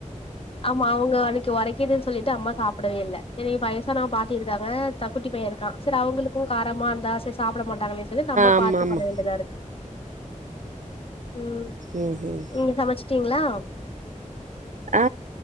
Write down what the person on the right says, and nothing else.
ஆமா
ஆமா
ம் ம்
ஆ